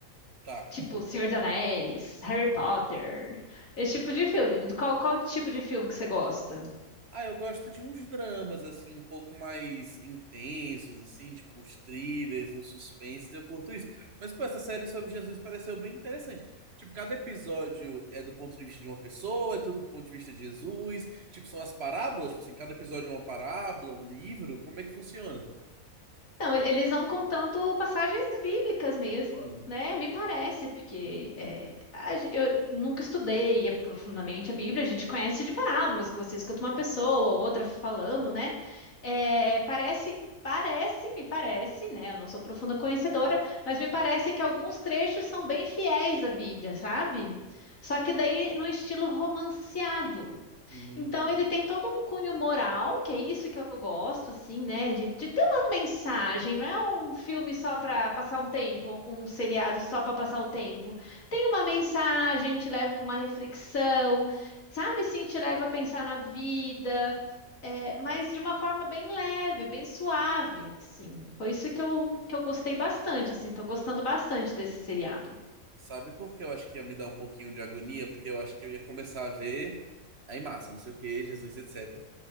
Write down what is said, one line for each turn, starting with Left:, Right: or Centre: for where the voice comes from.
Right: tá.
Left: Tipo, Senhor dos Anéis, Harry Potter, esse tipo de filme. Qual, qual tipo de filme que você gosta?
Right: Ah, eu gosto de uns dramas, assim, um pouco mais intensos, assim, tipo uns thrillers, uns suspenses, eu curto isso. Mas, pô, essa série sobre Jesus pareceu bem interessante. Tipo, cada episódio é do ponto de vista de uma pessoa, é tudo do ponto de vista de Jesus. Tipo, são as parábolas, tipo assim, cada episódio é uma parábola, um livro, como é que funciona?
Left: Então, ele- eles vão contando passagens bíblicas mesmo,
Right: Hum,
Left: né? Me parece, porque é, a gen- eu nunca estudei profundamente a Bíblia, a gente conhece de parábolas, que você escuta uma pessoa ou outra falando, né? É, parece, parece, me parece, né? Eu não sou profunda conhecedora, mas me parece que alguns trechos são bem fiéis à Bíblia, sabe? Só que daí no estilo romanceado.
Right: hum.
Left: Então ele tem todo um cunho moral, que é isso que eu gosto, assim, né? De, de ter uma mensagem, não é um filme só para passar um tempo, um seriado só para passar o tempo. Tem uma mensagem, te leva a uma reflexão, sabe? Sim, te leva a pensar na vida, é, mas de uma forma bem leve, bem suave, assim. Foi isso que eu, que eu gostei bastante, assim, tô gostando bastante desse seriado.
Right: Sabe por que eu acho que ia me dar um pouquinho de agonia? Porque eu acho que eu ia começar a ver aí massa, não sei o que, Jesus, etc.